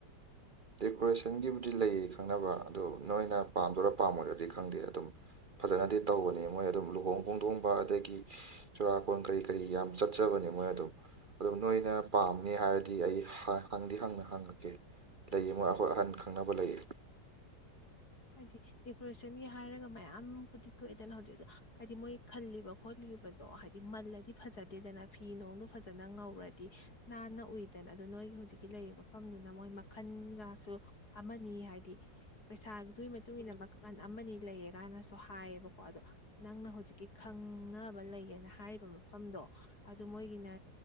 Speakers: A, on the right; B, on the left.
A: ꯗꯦꯀꯣꯔꯦꯁꯟꯒꯤꯕꯨꯗꯤ ꯂꯩꯌꯦ ꯈꯪꯅꯕ ꯑꯗꯣ ꯅꯣꯏꯅ ꯄꯥꯝꯗꯣꯏꯔ ꯄꯥꯝꯃꯣꯏꯗ꯭ꯔꯗꯤ ꯈꯪꯗꯦ ꯑꯗꯨꯝ ꯐꯖꯅꯗꯤ ꯇꯧꯕꯅꯦ ꯃꯣꯏ ꯑꯗꯨꯝ ꯂꯨꯍꯣꯡ ꯈꯣꯡꯗꯣꯡꯕ ꯑꯗꯒꯤ ꯆꯨꯔꯥꯀꯣꯟ ꯀꯔꯤ ꯀꯔꯤ ꯌꯥꯝ ꯆꯠꯆꯕꯅꯦ ꯃꯣꯏ ꯑꯗꯨꯝ ꯑꯗꯨꯝ ꯅꯣꯏꯅ ꯄꯥꯝꯃꯦ ꯍꯥꯏꯔꯗꯤ ꯑꯩ ꯍꯪꯗꯤ ꯍꯪꯅ ꯍꯪꯉꯛꯀꯦ ꯂꯩꯌꯦ ꯃꯣꯏ ꯑꯩꯈꯣꯏ ꯑꯍꯟ ꯈꯪꯅꯕ ꯂꯩꯌꯦ
B: ꯍꯥꯏꯗꯤ ꯗꯦꯀꯣꯔꯦꯁꯟꯒꯤ ꯍꯥꯏꯔꯒ ꯃꯌꯥꯝ ꯀꯨꯗꯤ ꯊꯣꯛꯑꯦꯗꯅ ꯍꯧꯖꯤꯛꯛꯇꯣ ꯍꯥꯏꯗꯤ ꯃꯣꯏ ꯈꯜꯂꯤꯕ ꯈꯣꯠꯂꯤꯕ ꯍꯥꯏꯗꯤ ꯃꯜꯂꯗꯤ ꯐꯖꯗꯦꯗꯅ ꯐꯤ ꯅꯨꯡꯗꯨ ꯐꯖꯅ ꯉꯧꯔꯗꯤ ꯅꯥꯟꯅ ꯎꯏ ꯗꯦꯟ ꯑꯗꯨ ꯅꯣꯏꯒꯤ ꯍꯧꯖꯤꯛꯀꯤ ꯂꯩꯔꯤꯕ ꯃꯐꯝꯗꯨꯅ ꯃꯣꯏ ꯃꯈꯟꯒꯁꯨ ꯑꯃꯅꯤ ꯍꯥꯏꯗꯤ ꯄꯩꯁꯥꯗꯨꯒꯤ ꯃꯇꯨꯡ ꯏꯟꯅ ꯃꯈꯟ ꯑꯃꯅꯤ ꯂꯩꯌꯦ ꯀꯥꯏꯅꯁꯨ ꯍꯥꯏꯌꯦꯕꯀꯣ ꯑꯗꯣ ꯅꯪꯅ ꯍꯧꯖꯤꯛꯀꯤ ꯈꯪꯅꯕ ꯂꯩꯌꯦꯅ ꯍꯥꯏꯔꯤꯕ ꯃꯐꯝꯗꯣ ꯑꯗꯨ ꯃꯣꯏꯒꯤꯅ